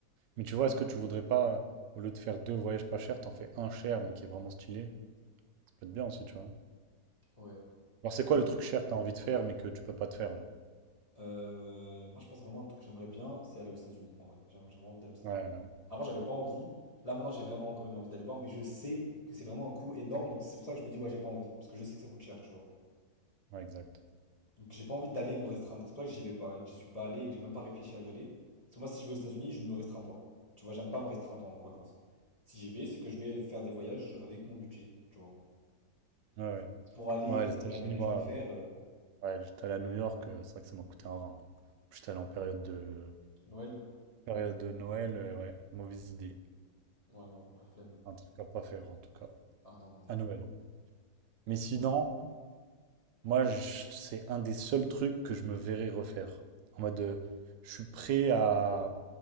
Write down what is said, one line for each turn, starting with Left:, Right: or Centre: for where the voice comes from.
Right: Mais tu vois, est-ce que tu voudrais pas, euh, au lieu de faire deux voyages pas chers, t'en fais un cher mais qui est vraiment stylé? Ça peut être bien aussi, tu vois.
Left: Ouais.
Right: Alors,
Left: Après,
Right: c'est quoi le truc cher que t'as envie de faire mais que tu peux pas te faire là?
Left: euh, moi, je pense vraiment à un truc que j'aimerais bien, c'est aller aux États-Unis, en vrai. J'ai j'ai vraiment envie d'aller aux États-Unis.
Right: Ouais, ouais, ouais,
Left: Avant, j'avais pas envie. Là, maintenant, j'ai vraiment quand même envie d'aller voir. Mais je sais que c'est vraiment un coût énorme. Donc, c'est pour ça que je me dis, ouais, j'ai pas envie. Parce que je sais que ça coûte cher, tu vois.
Right: ouais, exact.
Left: Donc j'ai pas envie d'aller me restreindre. C'est pour ça que j'y vais pas et que j'y suis pas allé et que j'ai même pas réfléchi à y aller. Parce que moi, si je vais aux États-Unis, je me restreins pas. Tu vois, j'aime pas me restreindre en vacances. Si j'y vais, c'est que je vais faire des voyages avec mon budget, tu vois.
Right: Ouais, ouais.
Left: Pour aller,
Right: Ouais,
Left: rester,
Right: les États-Unis,
Left: regarder les
Right: moi,
Left: gens faire. euh,
Right: ouais, j'étais allé à New York, euh, c'est vrai que ça m'a coûté un rein. hein. J'étais allé en période de,
Left: Noël?
Right: période de Noël, euh, ouais, mauvaise idée.
Left: Ouais, non, la flemme.
Right: Un truc à pas faire en tout cas.
Left: Ah non, non, non.
Right: À Noël. hein. Mais sinon. Moi, je- c'est un des seuls trucs que je me verrais refaire. En mode, euh, je suis prêt à